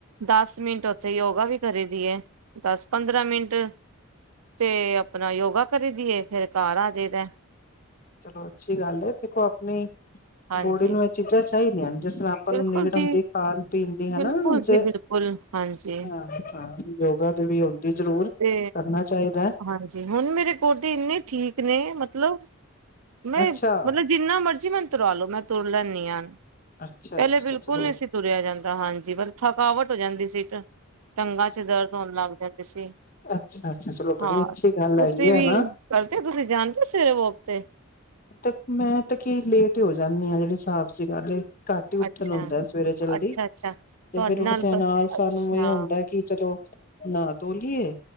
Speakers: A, on the right; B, on the left.
A: ਦਸ ਮਿੰਟ ਉੱਥੇ ਯੋਗਾ ਵੀ ਕਰੀ ਦੀ ਹੈ ਦਸ ਪੰਦਰਾਂ ਮਿੰਟ ਤੇ ਆਪਣਾ ਯੋਗਾ ਕਰੀ ਦੀਏ ਫੇਰ ਘਰ ਆ ਜਾਈਦਾ
B: ਚਲੋ ਅੱਛੀ ਗੱਲ ਹੈ ਦੇਖੋ ਆਪਣੀ
A: ਹਾਂਜੀ
B: ਬੋਡੀ ਨੂੰ ਇਹ ਚੀਜ਼ਾਂ ਚਾਹੀਦੀਆਂ ਨੇ ਜਿਸ ਨਾਲ ਆਪਾਂ
A: ਬਿਲਕੁਲ
B: ਨੂੰ ਨਿਗੜਨ
A: ਜੀ
B: ਦੀ ਖਾਣ ਪੀਣ ਦੀ ਹਨਾ
A: ਬਿਲਕੁਲ
B: ਜੇ
A: ਜੀ ਬਿਲਕੁਲ ਹਾਂਜੀ
B: ਹਾਂ ਹਾਂ ਯੋਗਾ ਦੀ ਵੀ ਆਂਦੀ ਜ਼ਰੂਰ
A: ਤੇ
B: ਕਰਨਾ ਚਾਈਦਾ
A: ਹਾਂਜੀ ਹੁਣ ਮੇਰੇ ਗੋਡੇ ਇੰਨੇ ਠੀਕ ਨੇ ਮਤਲਬ ਮੈਂ
B: ਅੱਛਾ
A: ਮਤਲਬ ਜਿੰਨਾ ਮਰਜ਼ੀ ਮੈਨ ਤੁਰਾ ਲੋ ਮੈਂ ਤੁਰ ਲੈਂਦੀ ਹਾਂ
B: ਅੱਛਾ
A: ਪੈਲੇ
B: ਅੱਛਾ
A: ਬਿਲਕੁਲ
B: ਚਲੋ
A: ਨਹੀਂ ਸੀ ਤੁਰਿਆ ਜਾਂਦਾ ਹਾਂਜੀ ਪਰ ਥਕਾਵਟ ਹੋ ਜਾਂਦੀ ਸੀਟ ਟੰਗਾਂ ਚ ਦਰਦ ਹੋਣ ਲੱਗ ਜਾਂਦੀ ਸੀ।
B: ਅੱਛਾ ਅੱਛਾ ਚਲੋ ਬੜੀ
A: ਹਾਂ
B: ਅੱਛੀ ਗੱਲ
A: ਤੁਸੀਂ
B: ਹੈਗੀ
A: ਵੀ
B: ਆਂ
A: ਕਰਦੇ ਹੋ ਤੁਸੀਂ ਜਾਂਦੇ ਹੋ ਸਵੇਰੇ ਵੋਕ ਤੇ
B: ਤੇ ਮੈਂ ਤੇ ਕੀ ਲੇਟ ਹੀ ਹੋ ਜਾਂਦੀ ਹਾਂ ਜਿਹੜੀ ਸਾਫ਼ ਜੀ ਗਲ ਏ ਇਹ ਘੱਟ ਹੀ ਉੱਠਣ
A: ਅੱਛਾ
B: ਹੁੰਦਾ ਸਵੇਰੇ ਜਲਦੀ
A: ਅੱਛਾ ਅੱਛਾ
B: ਤੇ
A: ਤੁਹਾਡੇ
B: ਫਿਰ ਉਠਦਿਆਂ ਨਾਲ
A: ਅੱਛਾ
B: ਸਾਨੂੰ ਇਹ ਹੁੰਦਾ ਕਿ ਚਲੋ ਨਾ ਧੋ ਲੀਏ